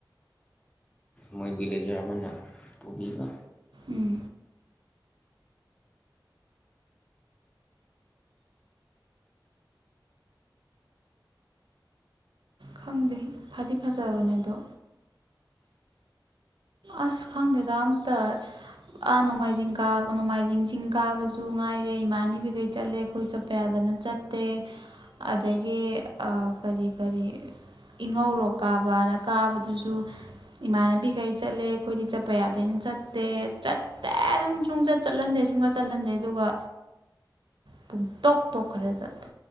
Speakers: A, on the left; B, on the right.
A: ꯃꯣꯏ ꯚꯤꯂꯦꯖꯔ ꯑꯃꯅ ꯄꯨꯕꯤꯕ
B: ꯎꯝ ꯈꯪꯗꯦ ꯐꯗꯤ ꯐꯖꯕꯅꯦ ꯑꯗꯣ ꯑꯁ ꯈꯪꯗꯦꯗ ꯑꯝꯇ ꯑꯥ ꯅꯣꯡꯃꯥꯏꯖꯤꯡ ꯀꯥꯕ ꯅꯣꯡꯃꯥꯏꯖꯤꯡ ꯆꯤꯡ ꯀꯥꯕꯁꯨ ꯉꯥꯏꯔꯦ ꯏꯃꯟꯅꯕꯤꯈꯩ ꯆꯠꯂꯦ ꯑꯩꯈꯣꯏ ꯆꯠꯄ ꯌꯥꯗꯅ ꯆꯠꯇꯦ ꯑꯗꯒꯤ ꯑꯥ ꯀꯔꯤ ꯀꯔꯤ ꯏꯉꯧꯔꯣꯛ ꯀꯥꯕꯅ ꯀꯥꯕꯗꯨꯁꯨ ꯏꯃꯥꯟꯅꯕꯤꯈꯩ ꯆꯠꯂꯦ ꯑꯩꯈꯣꯏꯗꯤ ꯆꯠꯄ ꯌꯥꯗꯦꯅ ꯆꯠꯇꯦ ꯆꯠ ꯇꯦ ꯑꯗꯨꯝ ꯁꯨꯡꯆꯠ ꯆꯠꯍꯟꯗꯦ ꯁꯨꯡꯆꯠ ꯆꯠꯍꯟꯗꯦ ꯑꯗꯨꯒ ꯄꯨꯡꯇꯣꯛ ꯇꯣꯈꯔ꯭ꯦ ꯆꯠꯄ